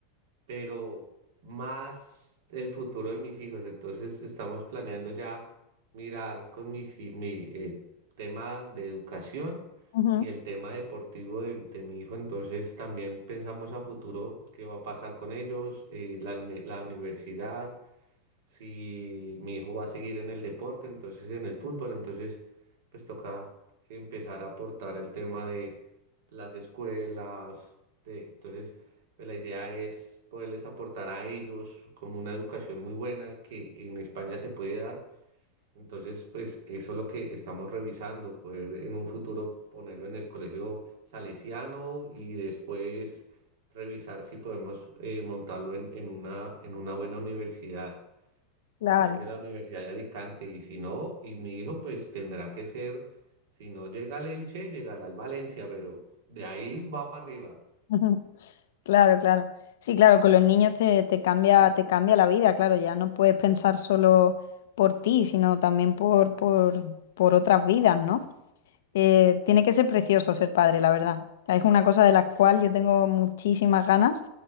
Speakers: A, on the right (about 75°); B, on the left (about 75°).
A: pero más el futuro de mis hijos. Entonces estamos planeando ya mirar con mis hi- mi eh, tema de educación
B: Ujú,
A: y el tema deportivo de, de mi hijo. Entonces también pensamos a futuro qué va a pasar con ellos, eh, la, unme- la universidad si mi hijo va a seguir en el deporte, entonces en el fútbol, entonces pues toca empezar a aportar el tema de las escuelas, de, entonces pues la idea es poderles aportar a ellos como una educación muy buena que en España se puede dar. Entonces, pues eso es lo que estamos revisando, poder en un futuro ponerlo en el colegio salesiano y después revisar si podemos eh, montarlo en, en una, en una buena universidad.
B: Claro.
A: Puede ser la Universidad de Alicante y si no, y mi hijo pues tendrá que ser, si no llega al Elche, llegará al Valencia, pero de ahí va para arriba.
B: <laughs> Claro, claro. Sí, claro, con los niños te, te cambia, te cambia la vida, claro, ya no puedes pensar solo por ti, sino también por, por, por otras vidas, ¿no? Eh, tiene que ser precioso ser padre, la verdad. Es una cosa de la cual yo tengo muchísimas ganas